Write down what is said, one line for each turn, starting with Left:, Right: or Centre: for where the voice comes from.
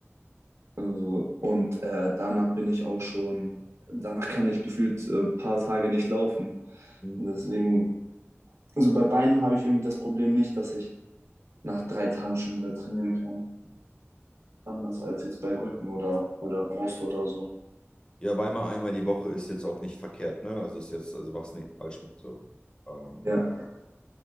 Right: Also, und äh, danach bin ich auch schon, danach kann ich gefühlt ein äh, paar Tage nicht laufen.
Left: Mhm.
Right: Und deswegen, also bei Beinen habe ich irgendwie das Problem nicht, dass ich nach drei Tagen schon wieder trainieren kann. Anders als jetzt bei Rücken oder, oder Brust oder so.
Left: Ja, aber einmal, einmal die Woche ist jetzt auch nicht verkehrt, ne? Also ist jetzt, also machst nicht falsch mit so. Ähm,
Right: Ja,